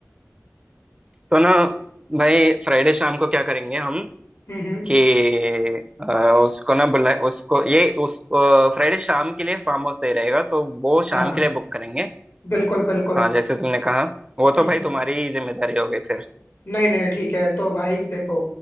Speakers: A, on the right; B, on the left.
A: तो ना भाई फ्राइडे शाम को क्या करेंगे हम
B: हम्म हम्म
A: कि अ, उसको ना बुला उसको ये उस फ्राइडे शाम के लिए फार्म हाउस सही रहेगा तो वो
B: हाँ
A: शाम
B: हाँ
A: के लिए बुक करेंगे
B: बिल्कुल बिल्कुल
A: हाँ जैसे तुमने कहा वो तो
B: हम्म
A: भाई
B: हम्म
A: तुम्हारी जिम्मेदारी हो गई फिर
B: नहीं नहीं ठीक है तो भाई देखो